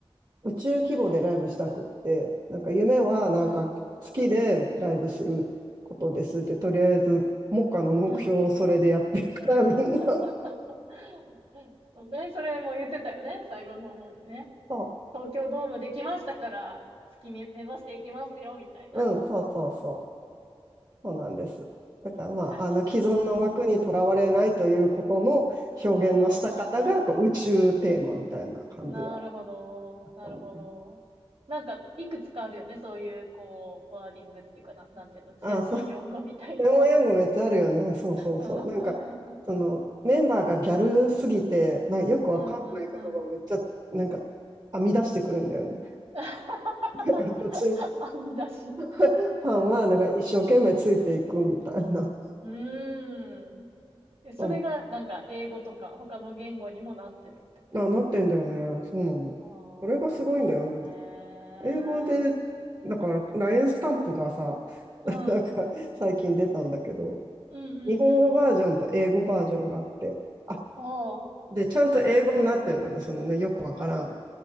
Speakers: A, on the right (about 45°); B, on the right (about 75°).
A: 宇宙規模でライブしたくって、なんか夢はなんか月でライブすることですって、
B: うん、
A: とりあえず目下の目標をそれでやってるから、
B: うん。
A: みんな。
B: <laughs> そうね、それも言ってたよね、最後の方にね。
A: そ
B: 東京ドームできましたから、月目、目指していきますよ、みたいな。
A: う、
B: <laughs>
A: うん、そうそうそう。そうなんです。だからまあ、
B: はあ
A: あの既存の枠にとらわれないということの表現のした方がこう宇宙テーマみたいな感じは
B: ああー、なるほど、
A: あったもんね。
B: なるほど。なんか、いくつかあるよね、そういう、こう、ワーディングっていうかな、なんていうの、専門用語みたいな。
A: ああ、そう。専門用語めっちゃあるよね。そうそうそう。
B: うん
A: なんか、そのメンバーがギャルすぎて、なよくわかんない言葉をめっちゃなんか
B: <laughs> うんうん。
A: 編み出してくるんだよね。
B: <laughs>
A: <laughs> 途中、
B: 編み出し。
A: ファンはなんか一生懸命ついていくみたいな。
B: うーん。えそれがなんか英語とか他の言語にもなってるってこ
A: うん、な、なってんだよね。そうなの。
B: と
A: それがすごいんだよね。
B: ああー、すごいねー。
A: 英語で、だから、ラインスタンプがさ、<laughs>
B: うん。
A: なんか最近出たんだけど、
B: うんうんうんうん。
A: 日本語バージョンと英語バージョンがあって、あ、
B: ほう。
A: で、ちゃんと英語になってるのね、そのね、よくわからん、